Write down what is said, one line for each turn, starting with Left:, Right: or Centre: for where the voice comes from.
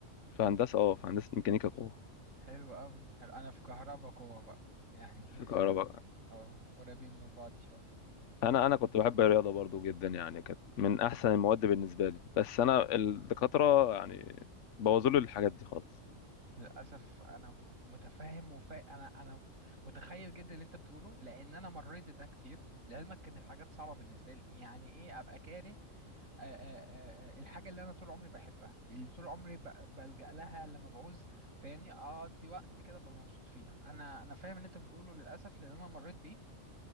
Left: في هندسة اه في هندسة ميكانيكا قوة
Right: حلو قوي حلو انا في كهربا قوة بقى يعني
Left: في كهرباء
Right: <laughs> إخ- اه قريبين من بعض شوية
Left: انا انا كنت بحب الرياضة برضو جدا يعني كانت من احسن المواد بالنسبة لي بس انا الدكاترة يعني بوظوا لي الحاجات دي خالص
Right: للأسف أنا م- متفهم وفا أنا أنا متخيل جدا اللي أنت بتقوله لأن أنا مريت بده كتير لعلمك كانت الحاجات صعبة بالنسبة لي يعني إيه أبقى كاره آه، آه، آه، آه، الحاجة اللي أنا طول عمري بحبها اللي طول عمري ب- بلجأ لها لما بعوز فاهمني أقضي وقت كده ببقى مبسوط فيها أنا أنا فاهم اللي أنت بتقوله للأسف لأن أنا مريت بيه